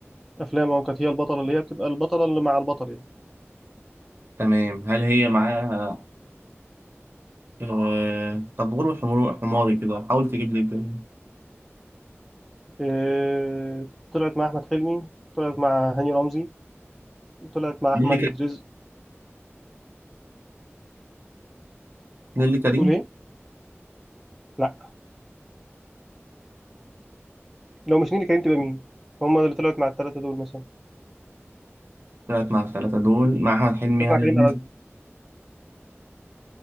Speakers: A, in the centre; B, on the right.
A: أفلام أه كانت هي البطلة اللي هي بتبقى البطلة اللي مع البطل يعني
B: تمام هل هي معاها آه... طب غلو حمار- حماري كده حاول تجيب لي كده
A: آه طلعت مع أحمد حلمي طلعت مع هاني رمزي طلعت مع
B: نيللي
A: أحمد
B: كريم
A: رزق
B: نيللي كريم
A: تقول إيه؟ لا لو مش نيلي كريم تبقى مين؟ هما اللي طلعت مع الثلاثة دول مثلا
B: طلعت مع الثلاثة دول مع أحمد حلمي
A: طلعت
B: هاني
A: مع كريم
B: رمزي
A: عبد العزيز